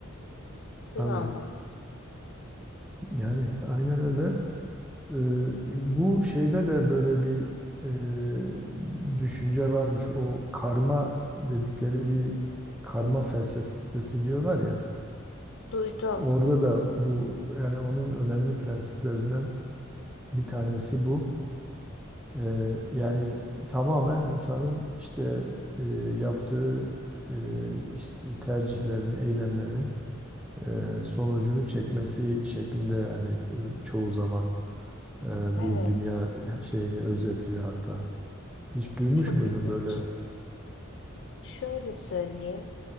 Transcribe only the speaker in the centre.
Tabii
yani aynen öyle. Ee, bu şeyde de böyle bir e, düşünce varmış. O karma dedikleri bir karma felsefesi diyorlar ya.
Orada da bu yani onun önemli prensiplerinden bir tanesi bu. Ee, yani tamamen insanın işte e, yaptığı e, işte tercihlerin, eylemlerin e, sonucunu çekmesi şeklinde hani e, çoğu zaman e,
bu dünya şeyini özetliyor hatta. Hiç duymuş
muydun
böyle?